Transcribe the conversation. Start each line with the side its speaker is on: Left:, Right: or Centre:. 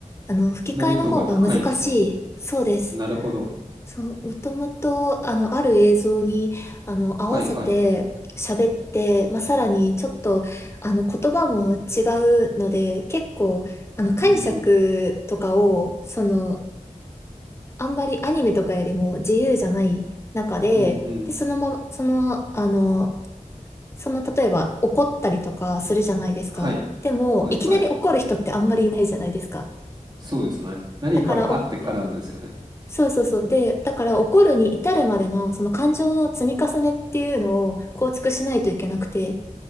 Left: あの、吹き替えの方が難しい。
Right: 難易度が高いんですか
Left: そうです。
Right: なるほど。
Left: そう、もともと、あの、ある映像に、あの、
Right: はいはい。
Left: 合わせて喋って、まあ、さらにちょっと、あの、言葉も違うので、結構、あの、解釈とかを、
Right: うんうん。
Left: その、あんまりアニメとかよりも自由じゃない中で、
Right: うんうん。
Left: で、そのまま、その、あの、その、例えば怒ったりとかするじゃないですか。
Right: はい。
Left: でも、
Right: はいはい。
Left: いきなり怒る人ってあんまりいないじゃないですか。
Right: そうですね。何かがあってからのですよね。
Left: だから、おそうそうそう。で、だから怒るに至るまでのその感情の積み重ねっていうのを構築しないといけなくて。